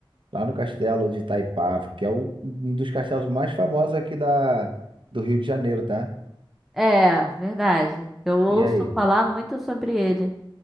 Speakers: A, on the right; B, in the centre.
A: lá no castelo de Itaipava, que é o- um dos castelos mais famosos aqui da, do Rio de Janeiro, tá?
B: é, verdade. Eu ouço
A: E aí,
B: falar muito sobre ele.